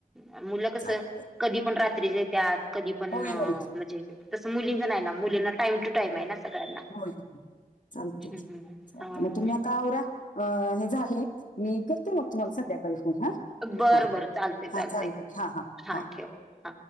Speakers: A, in the centre; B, on the left.
A: ह् मुलं कस
B: चालत
A: कधी पण रात्रीचे त्यात कधी पण
B: होय
A: म्हणजे
B: होय
A: तस मुलींच नाही ना मुलींना टाइम टू टाईम आहे ना सगळ्यांना
B: होय चालते
A: हम्म हम्म
B: चाल मग तुम्ही आता आवरा अ हे झालेय मी करते मग तुम्हाला संध्याकाळी फोन हा
A: बरं
B: हा
A: बर चालते
B: हा
A: चालते
B: चालेल हा हा
A: हां
B: हा हा
A: ठेव हा.